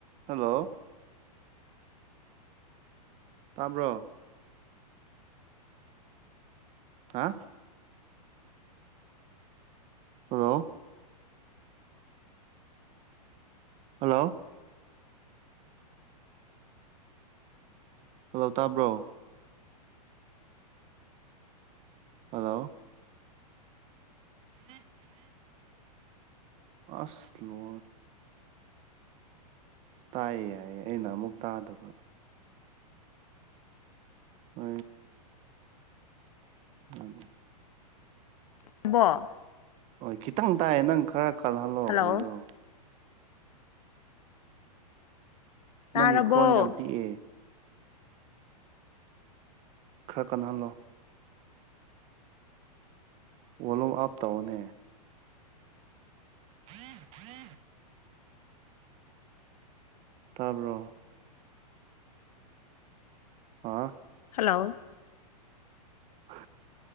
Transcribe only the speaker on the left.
<inaudible>
ꯍꯜꯂꯣ
ꯇꯥꯔꯕꯣ
ꯍꯜꯂꯣ